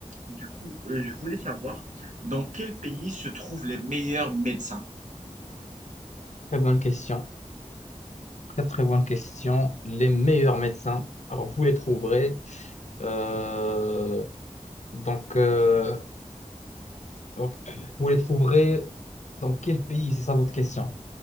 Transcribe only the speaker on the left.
Très bonne question. Très, très bonne question. Les meilleurs médecins, alors vous les trouverez. euh, donc, euh, hop, vous les trouverez dans quel pays? C'est ça votre question.